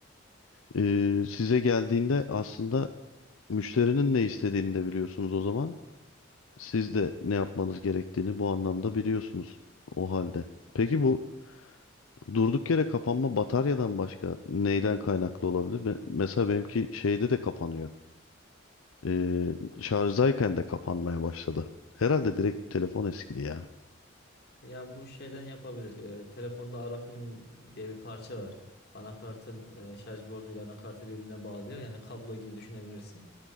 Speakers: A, on the left; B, on the left.
A: Eee, size geldiğinde aslında müşterinin ne istediğini de biliyorsunuz o zaman. Siz de ne yapmanız gerektiğini bu anlamda biliyorsunuz o halde. Peki bu durduk yere kapanma bataryadan başka neyden kaynaklı olabilir? Me- Mesela benimki şeyde de kapanıyor. Ee, şarjdayken de kapanmaya başladı. Herhalde direkt telefon eskidi ya.
B: Ya bu şeyden yapabilir. Ee, telefonda Ara Film diye bir parça var. Anakartın e, şarj borduyla anakartı birbirine bağlıyor. Yani kablo gibi düşünebilirsin.